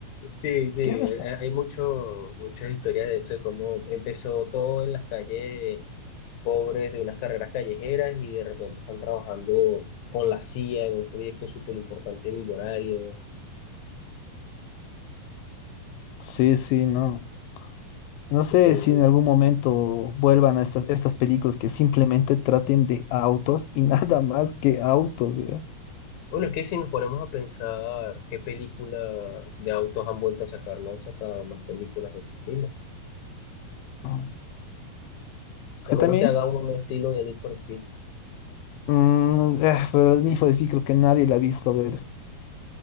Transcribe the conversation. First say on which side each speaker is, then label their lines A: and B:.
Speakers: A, on the left (about 70°); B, on the left (about 90°).
A: Sí, sí,
B: ¿Qué
A: eh,
B: me estás
A: hay mucho, muchas historias de eso, de cómo empezó todo en las calles pobres de unas carreras callejeras y de repente están trabajando con la CIA en un proyecto súper importante, millonario,
B: Sí, sí, no. No sé
A: totalmente.
B: si en algún momento vuelvan a estas, estas películas que simplemente traten de autos y <laughs> nada más que autos, ya.
A: Bueno, es que si nos ponemos a pensar qué película de autos han vuelto a sacar, no han sacado más películas de ese estilo.
B: Ah. Es
A: A
B: que
A: menos
B: también,
A: que haga uno estilo de Need for Speed.
B: mm, eh, pero Need for Speed creo que nadie la ha visto ver.